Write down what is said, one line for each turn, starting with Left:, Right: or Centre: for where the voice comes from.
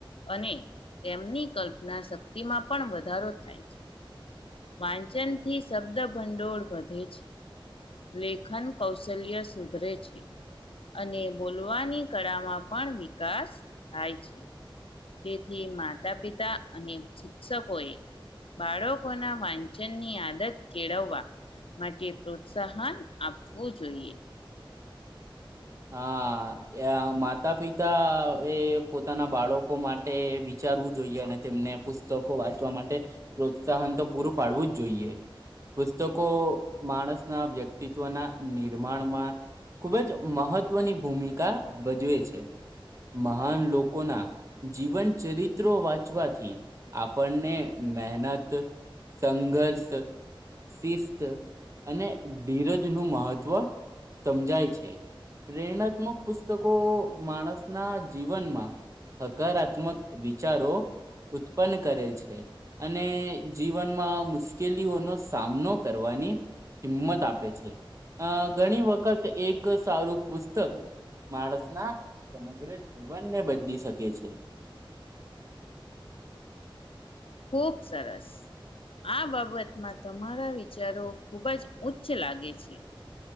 Left: અને તેમની કલ્પના શક્તિમાં પણ વધારો થાય છે વાંચન થી શબ્દ ભંડોળ વધે છે લેખન કૌશલ્ય સુધરે છે અને બોલવાની કળામાં પણ વિકાસ થાય છે તેથી માતા પિતા અને શિક્ષકોએ બાળકોના વાંચનની આદત કેળવવા માટે પ્રોત્સાહન આપવું જોઈએ
Right: હા માતા પિતા એ પોતાના બાળકો માટે વિચારવું જોઈએ અને તેમને પુસ્તકો વાંચવા માટે પ્રોત્સાહન તો પૂરું પાડવું જ જોઈએ પુસ્તકો માણસના વ્યક્તિત્વના નિર્માણમાં ખુબ જ મહત્વની ભૂમિકા ભજવે છે મહાન લોકોના જીવન ચરિત્રો વાંચવાથી આપણને મહેનત સંઘર્ષ શિસ્ત અને ધીરજ નું મહત્વ સમજાય છે પ્રેરણાત્મક પુસ્તકો માણસના જીવનમાં હકારાત્મક વિચારો ઉત્પન્ન કરે છે અને જીવનમાં મુશ્કેલીઓનો સામનો કરવાની હિંમત આપે છે અ ઘણી વખત એક સારું પુસ્તક માણસના સમગ્ર જીવનને બદલી શકે છે
Left: ખૂબ સરસ આ બાબતમાં તમારા વિચારો ખૂબ જ ઉચ્ચ લાગે છે